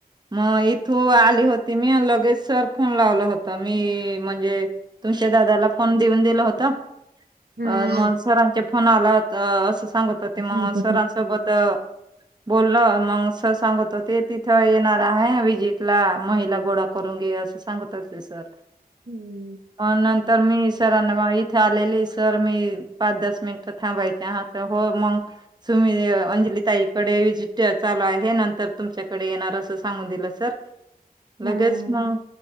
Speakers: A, on the right (about 25°); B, on the right (about 85°).
A: मग इथू आली होती मी आणि लगेच सर फोन लावला होता. मी म्हणजे तुशा दादाला फोन देऊन दिला होता.
B: हम्म
A: अ मग सरांचे फोन आला, असं सांगत होते
B: हम्म
A: मग सरां सोबत अ बोलल मग सर सांगत होते, तिथं येणार हाय व्हीजिट ला महिला गोडा करून घेवूया आसं सांगत होते सर.
B: हूम.
A: म नंतर मी सरांना वा इथे आलेलीस सर मी पाच दस मिनट थांबायचे हा, तर हो मग तुम्ही अंजली ताईकडे व्हीजिट चालू आहे, नंतर तुमच्याकडे येणार असं सांगून दिलं सर
B: हम्म
A: लगेच मंग